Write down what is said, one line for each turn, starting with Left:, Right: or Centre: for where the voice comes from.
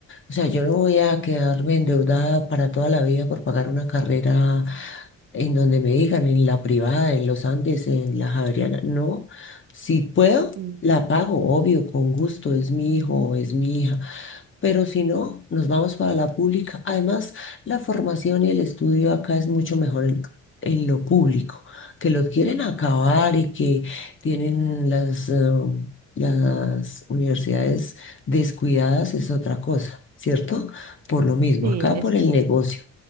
Left: o sea, yo no voy a quedarme endeudada para toda la vida por pagar una carrera en donde me digan, en la privada, en los Andes, en la Javeriana. No, si puedo,
Right: Sí,
Left: la pago, obvio, con gusto, es mi hijo, es mi hija Pero si no, nos vamos para la pública. Además, la formación y el estudio acá es mucho mejor en, en lo público, que lo quieren acabar y que tienen las, eh, las universidades descuidadas es otra cosa, ¿cierto? Por lo mismo,
Right: sí,
Left: acá
Right: eso
Left: por el
Right: sí
Left: negocio.